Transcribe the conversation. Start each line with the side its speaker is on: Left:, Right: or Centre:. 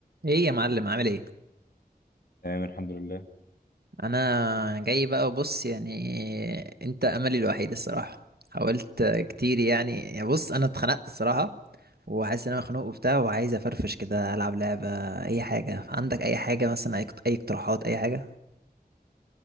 Right: ايه يا معلم عامل ايه
Left: تمام الحمد لله
Right: انا جاي بقى وبص يعني انت املي الوحيد الصراحه حاولت كتير يعني يعني بص انا اتخنقت الصراحه وحاسس ان انا مخنوق وبتاع وعايز افرفش كده العب لعبه اي حاجه عندك اي حاجه مثلا اي اقت- اي اقتراحات اي حاجه